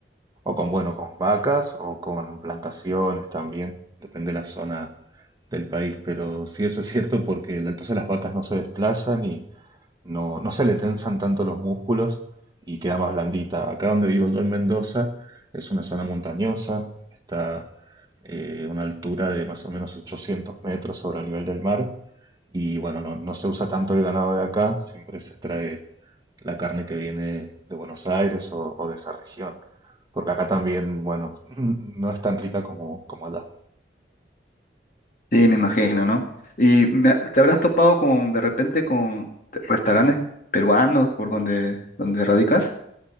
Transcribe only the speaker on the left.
Sí, me imagino, ¿no? Y me ha- te habrás topado con, de repente, con t- restaurantes peruanos por donde, donde radicas.